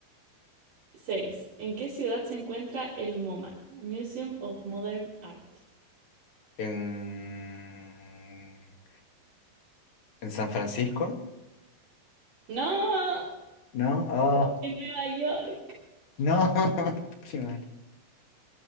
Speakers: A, on the right; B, on the left.
A: 6. ¿En qué ciudad se encuentra el MoMA? Museum of Modern Art.
B: En, en San Francisco.
A: ¡No!
B: No, oh,
A: En Nueva York.
B: no. <laughs> Qué mal.